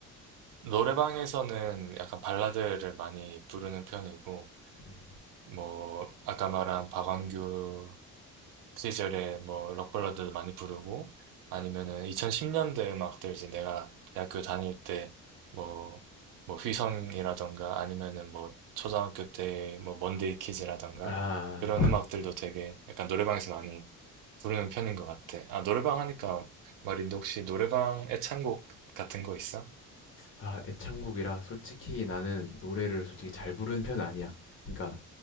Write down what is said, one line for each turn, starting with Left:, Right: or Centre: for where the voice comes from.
Right: 노래방에서는 약간 발라드를 많이 부르는 편이고,
Left: 음,
Right: 뭐, 아까 말한 박완규 그 시절에 뭐 록발라드도 많이 부르고 아니면은 2010년대 음악들 이제 내가 대학교 다닐 때 뭐 뭐 휘성이라던가 아니면은 뭐 초등학교 때 뭐 먼데이 키즈라던가
Left: 아
Right: 그런 음악들도 되게 약간 노래방에서 많이 부르는 편인 것 같아. 아 노래방 하니까 말인데 혹시 노래방 애창곡 같은 거 있어?
Left: 아, 애창곡이라 솔직히 나는 노래를 솔직히 잘 부르는 편은 아니야. 그러니까